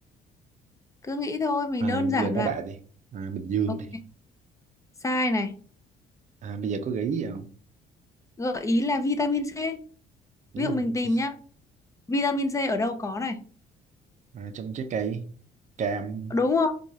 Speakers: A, on the left; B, on the right.
A: cứ nghĩ thôi mình
B: à,
A: đơn
B: bây
A: giản
B: giờ nói
A: là
B: đại đi à, Bình Dương
A: ok
B: đi
A: sai này
B: à, bây giờ có gợi ý gì không
A: gợi ý là vitamin C
B: nghĩ
A: ví
B: là
A: dụ mình
B: vitamin
A: tìm nhá
B: C.
A: vitamin C ở đâu có này
B: à, trong trái cây cam
A: đúng không